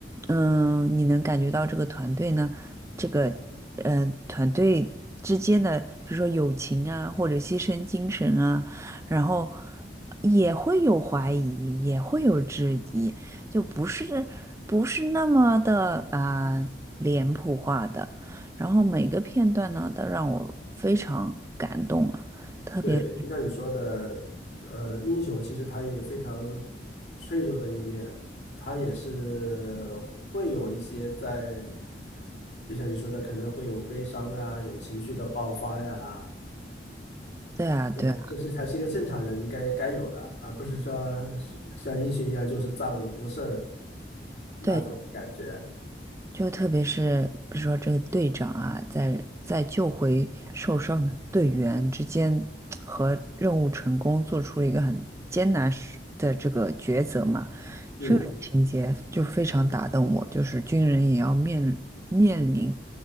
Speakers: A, on the right (about 15°); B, on the left (about 75°).
A: 嗯，你能感觉到这个团队呢，这个嗯、呃团队之间的，比如说友情啊，或者牺牲精神啊，然后也会有怀疑，也会有质疑，就不是不是那么的啊、脸谱化的。然后每个片段呢，都让我非常感动啊，特别
B: 对，就像你说的，呃，英雄其实他也有非常脆弱的一面，他也是会有一些在，就像你说的，可能会有悲伤啊，有情绪的爆发呀，
A: 对啊，对啊，
B: 对吧？这是才是一个正常人应该该有的，而不是说是像英雄一样就是战无不胜那种感觉。
A: 对。就特别是比如说这个队长啊，在在救回受伤的队员之间和任务成功做出了一个很艰难时的这个抉择嘛，
B: 嗯
A: 这个情节就非常打动我，就是军人也要面面临